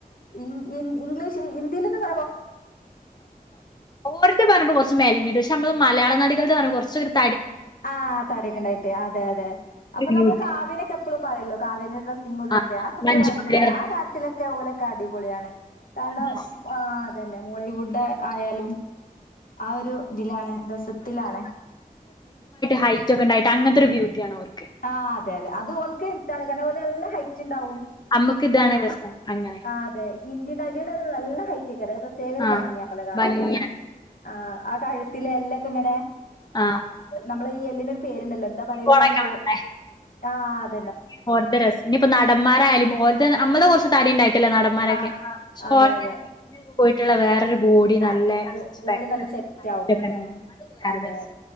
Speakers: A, on the left; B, on the left.
A: ഇൻ ഇൻ ഇഗ്ലീഷ് ഹിന്ദീലൊന്നും
B: ഓർത്തു പറയുമ്പോ കുറച്ച് മല പക്ഷെ നമ്മള് മലയാള നടി കുറച്ച <unintelligible>
A: ആ താടിയൊക്കെണ്ടായിട്ട് അതെ അതെ
B: ഒരു
A: അപ്പൊ
B: ബ്യൂട്ടി
A: നമ്മള് കാവ്യെനൊക്കെപ്പഴും പറയുമല്ലോ കാവ്യന്റെ ഡ്രസ്സിങ്ങുകളൊക്കെ
B: ആ ആ,
A: അതെപ്പഴും
B: മഞ്ജു
A: പ്പോഴും അടിപൊളിയാണ്
B: വാര്യർ
A: ആ കാര്യത്തിലൊക്കെ ഓലൊക്കെ അടിപൊളിയാണ് കാരണം
B: ഡ്രസ്
A: ആ തന്നെ മോളിവുഡേ ആയാലും ആ ഒരു ഇതിലാണ് രസത്തിലാണ്
B: ഹൈറ്റൊക്കെ ണ്ടായിട്ടെ അങ്ങനത്തൊരു ബ്യൂട്ടിയാണ് അവർ
A: ആ അതെ അതെ അത് ഓൾക്കെ കാരണം ഓൾക്കെ നിതാണെ കാരണം ഓനെ നല്ല ഹൈറ്റിണ്ടാവും
B: നമ്മക്ക് ഇതാണ്
A: ആ
B: രസം അങ്ങനെ
A: അ അതെ ഹിന്ദി നടിയുടെ ഒരു നല്ല ഹൈറ്റ് കേരക് പ്രത്യേക ഒരു
B: ആ
A: ഭംഗിയേ അവളെ കാണാനെ
B: ഭംഗിയാണ്
A: ആ ആ <unintelligible> ത്തിലെല്ലക്കെങ്ങനെ
B: ആ
A: മ്മള് എല്ലിനെ പേരുണ്ടല്ലോ എന്താ പറയ
B: കോളൊക്കെ
A: ഇതിനെ
B: വേണല്ലേ
A: ആ അ
B: <unintelligible> രസം ഇപ്പൊ നടന്മാരാലും ഓര് നമ്മള് തടിണ്ട <unintelligible> നടന്മാരൊക്കെ
A: ആ
B: <unintelligible>
A: അതെ അതെ
B: പോയിട്ടുള്ള വേറൊരു ബോഡി
A: ആ
B: നല്ല <unintelligible>
A: ബോ ബോഡി നല്ല സെറ്റ് ആവും ഉം അതെ